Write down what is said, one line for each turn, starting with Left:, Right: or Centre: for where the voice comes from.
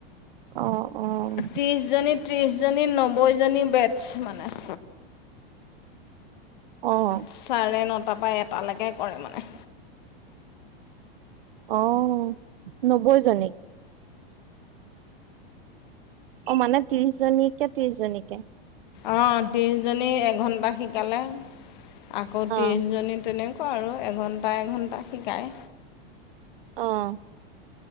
Right: অ। অ',
Left: ত্ৰিছ জনী, ত্ৰিছ জনী, নব্বৈ জনী বেটছ মানে।
Right: অ',
Left: চাৰে নটাৰ পৰা এটালেকে কৰে মানে।
Right: অও, নব্বৈ জনী? অ' মানে ত্ৰিছ জনীকে, ত্ৰিছ জনীকে।
Left: অ' ত্ৰিছজনী এঘণ্টা শিকালে। আকৌ
Right: অ',
Left: ত্ৰিছজনী তেনে আৰু এঘণ্টা-এঘণ্টা শিকায়।
Right: অ'